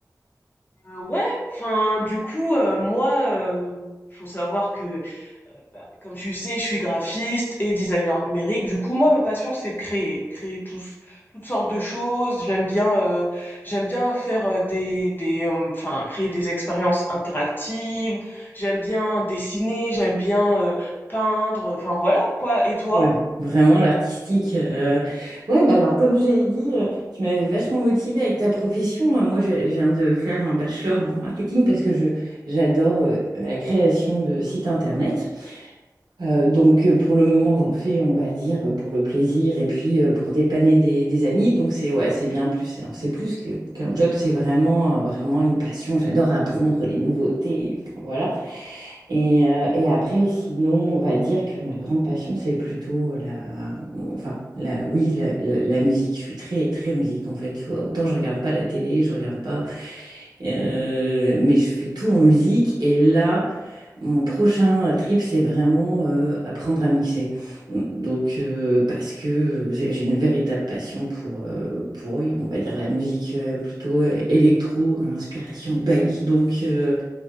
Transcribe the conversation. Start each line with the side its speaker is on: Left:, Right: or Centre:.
Left: Euh, ouais, enfin, du coup, euh, moi, euh, faut savoir que, euh, bah, comme tu sais, je suis graphiste et designer numérique. Du coup, moi, ma passion, c'est de créer, créer tous, toutes sortes de choses. J'aime bien, euh, j'aime bien faire euh, des, des, euh, enfin, créer des expériences interactives. J'aime bien dessiner. J'aime bien euh, peindre. Enfin, voilà quoi. Et toi?
Right: Ouais, vraiment l'artistique. euh, Ouais, bah alors comme j'ai dit, euh, tu m'avais vachement motivée avec ta profession. Euh, Moi, j'ai je viens de faire un bachelor en marketing parce que je j'adore euh, la création de sites internet. Euh, donc euh, pour le moment, j'en fais, on va dire, euh, pour le plaisir et puis euh, pour dépanner des, des amis. Donc c'est ouais, c'est bien plus, c'est c'est plus que- qu'un job, c'est vraiment euh, vraiment une passion. J'adore apprendre les nouveautés. Enfin, voilà. Et, euh, et après, sinon, on va dire que ma grande passion, c'est plutôt la... Enfin, la... oui, la, la- la musique. Je suis très, très musique, en fait, tu vois. Autant je regarde pas la télé, je regarde pas... euh, mais je fais tout en musique. Et là, mon prochain trip, c'est vraiment euh, apprendre à mixer. Donc, euh, parce que j'ai j'ai une véritable passion pour, euh, pour, oui, on va dire, la musique euh, plutôt euh, électro, à inspiration belge. Donc... euh,